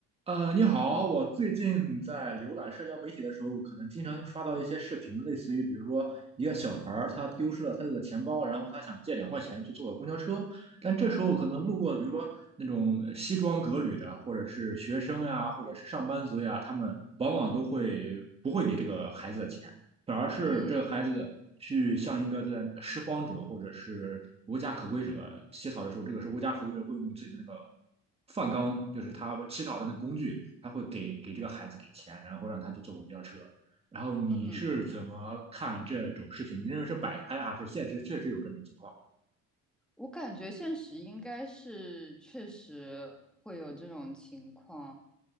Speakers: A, on the right; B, in the centre.
A: 呃，你好，我最近在浏览社交媒体的时候，可能经常刷到一些视频，类似于比如说一个小孩儿他丢失了他的钱包，然后他想借两块钱去坐个公交车，但这时候可能路过，
B: 嗯
A: 比如说那种呃西装革履的，或者是学生呀，或者是上班族呀，他们往往都会不会给这个孩子的钱，反而是这个孩子去向一个在拾荒者或者是无家可归者乞讨的时候，
B: 嗯
A: 这个是无家可归者会用自己的那个饭缸，就是他乞讨的那个工具，他会给给这个孩子给钱，然后让他去坐公交车。然后你是怎么看这种视频？
B: 嗯，
A: 你认为是摆拍啊还是现实确实有这种情况？
B: 我感觉现实应该是确实会有这种情况，